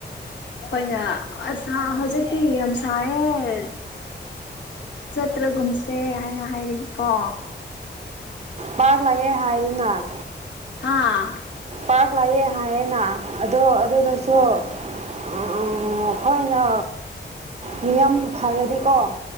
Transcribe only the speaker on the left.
ꯍꯣꯏꯅ ꯑ ꯍꯧꯖꯤꯛꯇꯤ ꯌꯥꯝ ꯁꯥꯏꯌꯦꯦ ꯆꯇ꯭ꯔꯒꯨꯝꯁꯦ ꯍꯥꯏꯅ ꯍꯥꯏꯔꯒꯦꯀꯣ
ꯍꯥꯥ
ꯐꯃ ꯂꯩꯔ